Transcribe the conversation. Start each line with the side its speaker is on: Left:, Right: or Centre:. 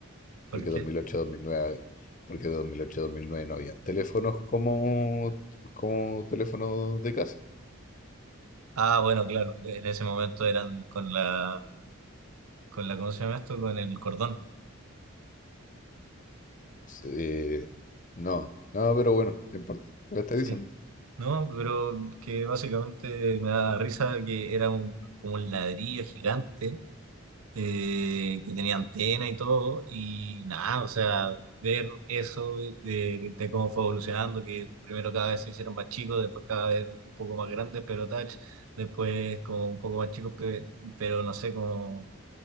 Right: ¿Por
Left: porque
Right: qué?
Left: 2008-2009, porque 2008-2009 no habían teléfonos como, como teléfonos de casa.
Right: Ah, bueno, claro, en ese momento eran con la, con la, ¿cómo se llama esto? Con el cordón,
Left: Eh, no, no, pero bueno, no importa. ¿Qué me estás
Right: sí.
Left: diciendo?
Right: No, pero que básicamente me da risa que era un, como un ladrillo gigante eh, que tenía antena y todo, y nada, o sea, ver eso de, de cómo fue evolucionando, que primero cada vez se hicieron más chicos, después cada vez un poco más grandes, pero touch, después como un poco más chicos, pe- pero no sé, cómo